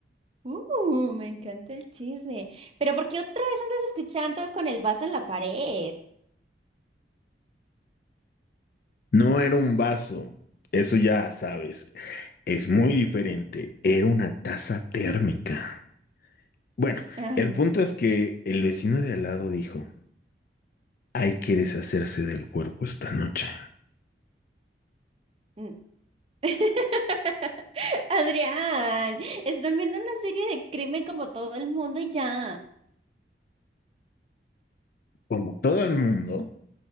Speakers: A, on the right; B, on the left.
A: Uh, me encanta el chisme. Pero ¿por qué otra vez andas escuchando con el vaso en la pared?
B: No era un vaso, eso ya sabes. Es muy diferente. Era una taza térmica. Bueno,
A: Ay,
B: el
A: no.
B: punto es que el vecino de al lado dijo, hay que deshacerse del cuerpo esta noche.
A: Mm. <laughs> Adrián, están viendo una serie de crimen como todo el mundo y ya.
B: Como todo el mundo,